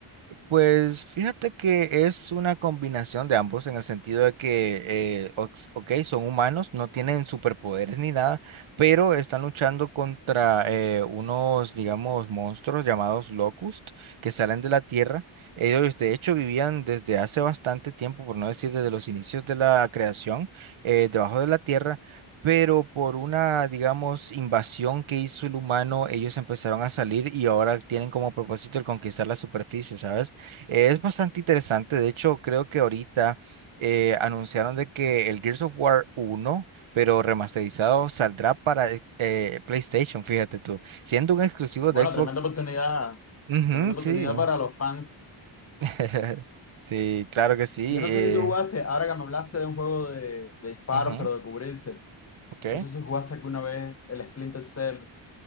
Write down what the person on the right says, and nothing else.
pues fíjate que es una combinación de ambos en el sentido de que, eh, ox- ok, son humanos, no tienen superpoderes ni nada, pero están luchando contra eh, unos, digamos, monstruos llamados Locust que salen de la Tierra. Ellos, de hecho, vivían desde hace bastante tiempo, por no decir desde los inicios de la creación, eh, debajo de la Tierra. Pero por una, digamos, invasión que hizo el humano, ellos empezaron a salir y ahora tienen como propósito el conquistar la superficie, ¿sabes? Eh, Es bastante interesante, de hecho creo que ahorita eh, anunciaron de que el Gears of War uno pero remasterizado, saldrá para eh, eh, PlayStation, fíjate tú, siendo un exclusivo
de Xbox.
Ujú,
sí,
<laughs> sí, claro que sí.
eh,
ujú,
ok.